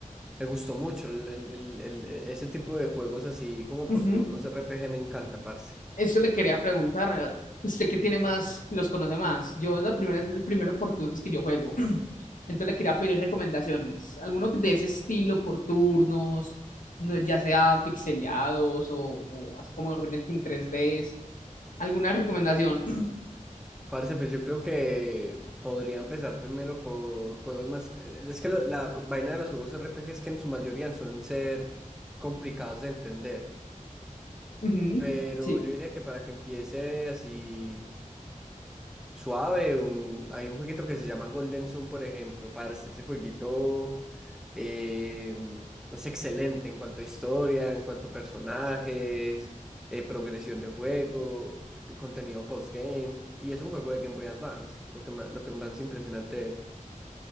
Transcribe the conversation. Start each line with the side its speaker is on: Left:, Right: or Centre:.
Centre: me gustó mucho. El- el- el- el- ese tipo de juegos así como
Left: Ujú.
Centre: por turnos RPG me encanta, parce.
Left: Eso le quería preguntar. ¿Usted qué tiene más, los conoce más? Yo es la primera, es el primero por turnos que yo juego. <clears throat> Entonces le quería pedir recomendaciones. Alguno de ese estilo por turnos, no- ya sea pixeleados o, o así como en Ruined King tres d ¿Alguna recomendación?
Centre: Parce, pues yo creo que podría empezar primero por juegos más... eh, Es que lo- la co- vaina de los juegos RPG es que en su mayoría suelen ser complicados de entender.
Left: Ujú,
Centre: Pero
Left: Sí,
Centre: yo diría que para que empiece así Suave, un- hay un jueguito que se llama Golden Sun, por ejemplo, parce, ese jueguito eh, es excelente en cuanto a historia, en cuanto a personajes, eh, progresión de juego, tu contenido postgame, y es un juego de Game Boy Advance, lo que más, lo que más impresionante es.